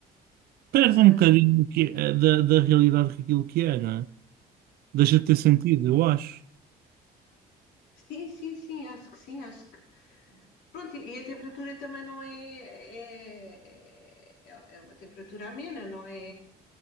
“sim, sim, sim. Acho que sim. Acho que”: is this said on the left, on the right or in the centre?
Left